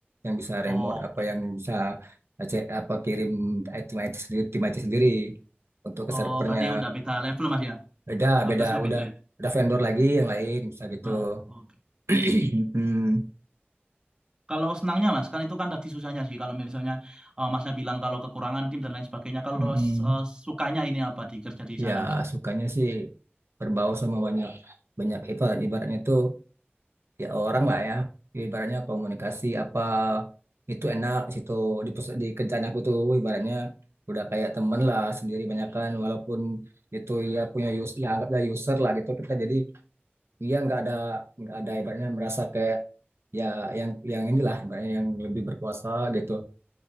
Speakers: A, on the right (about 85°); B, on the right (about 20°).
A: yang bisa
B: Oke.
A: remote apa yang bisa eh, cek apa kirim tim IT sendiri tim IT sendiri untuk ke
B: Oh,
A: servernya
B: berarti udah beda level mas ya?
A: beda
B: Batasnya
A: beda udah
B: beda ya?
A: udah vendor lagi yang lain bisa gitu.
B: Oh, oke.
A: <clears throat> Hmm.
B: Kalau senangnya mas, kan itu kan tadi susahnya sih. Kalau misalnya eh, masnya bilang kalau kekurangan tim dan lain sebagainya. Kalau
A: Mm-mm.
B: eh, sukanya ini apa di kerja di
A: Ya
B: sana mas?
A: sukanya sih berbau sama banyak banyak ibarat ibaratnya itu ya orang lah ya ibaratnya komunikasi apa itu enak di situ di, pers- di kerjaan aku tuh ibaratnya udah kayak temen lah sendiri banyak kan walaupun itu ya punya us ya anggaplah user lah gitu kita jadi ya nggak ada nggak ada ibaratnya merasa kayak ya yang yang inilah ibaratnya yang lebih berkuasa gitu